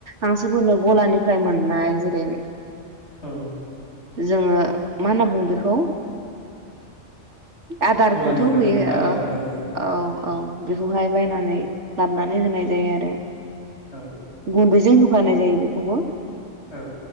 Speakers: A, on the right; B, on the left.
A: हांसोफोरनो गलानिफ्राय मोननाय जेरै
B: औ।
A: जोङो मा होनना बुंङो बे खौ? आदारखौथ'
B: गलानिफ्राय
A: होयो।
B: मोननाय आदार
A: ओ
B: औ
A: औ। औ बेखौहाय बायनानै लाबानै होनाय जायो आरो
B: औ
A: गुन्दैजों होफानाय जायो बेखौबो
B: औ।